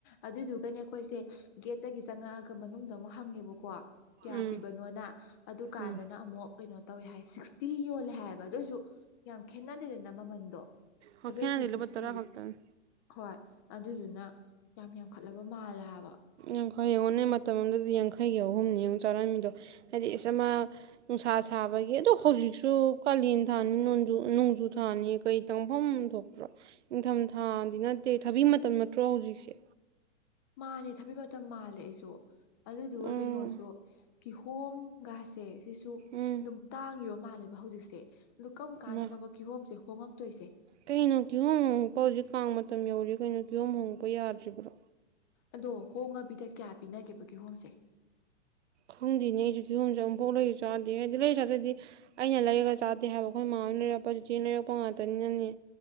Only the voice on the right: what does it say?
ꯎꯝ
ꯎꯝ
ꯍ
ꯈꯦꯅ ꯏꯂꯕ
ꯇꯔꯒ ꯍꯥꯛꯇꯅ
ꯎꯝ ꯍꯣꯏ ꯌꯦꯡꯉꯣꯟꯅꯦꯩ ꯃꯇꯝ ꯑꯃꯗꯗꯤ ꯌꯥꯡꯈꯩꯒꯤ ꯑꯍꯨꯝꯅꯤ ꯌꯦꯡꯉ ꯆꯥꯔꯝꯃꯤꯗꯣ ꯍꯥꯏꯗꯤ ꯏꯁꯝ ꯑꯃ ꯅꯨꯡꯁꯥ ꯁꯥꯕ ꯑꯗꯣ ꯍꯧꯖꯤꯛꯁꯨ ꯀꯥꯂꯦꯟ ꯊꯥꯅꯤ ꯅꯣꯡꯖꯨ ꯊꯥꯅꯤ ꯀꯩ ꯇꯪꯐꯝ ꯊꯣꯛꯄ꯭ꯔꯣ ꯅꯤꯡꯪꯊꯝꯊꯥꯗꯤ ꯅꯠꯇꯦ ꯊꯕꯤ ꯃꯇꯝ ꯅꯠꯇ꯭ꯔꯣ ꯍꯧꯖꯤꯛꯁꯦ
ꯎꯝ
ꯎꯝ
ꯃꯥ
ꯀꯩꯅꯣ ꯀꯤꯌꯍꯣꯝ ꯍꯣꯡꯉꯛꯄ ꯍꯧꯖꯤꯛ ꯀꯥꯡ ꯃꯇꯝ ꯌꯧꯔꯤ ꯀꯩꯅꯣ ꯀꯤꯍꯣꯝ ꯍꯣꯡꯉꯛꯄ ꯌꯥꯗ꯭ꯔꯤꯕ꯭ꯔꯣ
ꯈꯪꯗꯦꯅꯦ ꯑꯩꯁꯨ ꯀꯤꯍꯣꯝꯁꯨꯦ ꯑꯃꯨꯐꯥꯎ ꯂꯩꯁꯨ ꯆꯥꯗꯦ ꯍꯥꯏꯗꯤ ꯂꯩꯔ ꯆꯥꯗꯗꯤ ꯑꯩꯅ ꯂꯩꯔꯒ ꯆꯥꯗꯦ ꯍꯥꯏꯕ ꯑꯩꯈꯣꯏ ꯃꯃ ꯇꯅ ꯔ ꯆꯖꯤꯅ ꯔꯔꯄ ꯉꯅꯤꯅꯤ